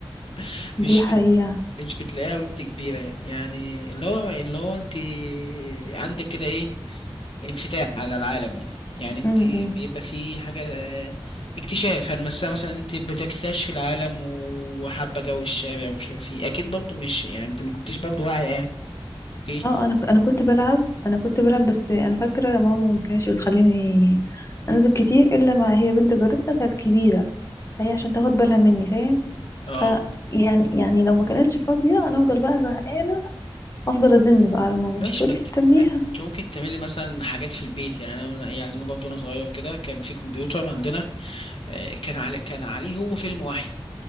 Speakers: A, on the left (about 80°); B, on the left (about 30°).
A: <laughs>
B: دي
A: مش
B: حقيقة
A: مش بتلاقيها وانت كبيرة يعني يعني اللي هو اللي هو انت عندك كده ايه انفتاح على العالم يعني يعني انت
B: امم أمم.
A: بيبقى في حاجة آه، اكتشاف هل مثلا مثلا انت بتكتشف العالم وحابة جو الشارع ومش عارف ايه اكيد برضه مش يعني انت ما كنتش برضه واعية يعني اوكي
B: اه انا انا كنت بلعب انا كنت بلعب بس انا فاكرة ماما ما كانتش بتخليني انزل كتير الا ما هي بنت جارتنا كانت كبيرة فهي عشان تاخد بالها مني فاهم
A: اه
B: ف يعني يعني لو ما كانتش فاضية انا افضل بقى زهقانة افضل ازن بقى على ماما
A: ماشي
B: تقولي
A: ما انت
B: استنيها
A: ما انت ممكن تعملي مثلا حاجات في البيت يعني انا يعني انا برضه وانا صغير كده كان في كمبيوتر عندنا آه، كان عليه كان عليه هو فيلم واحد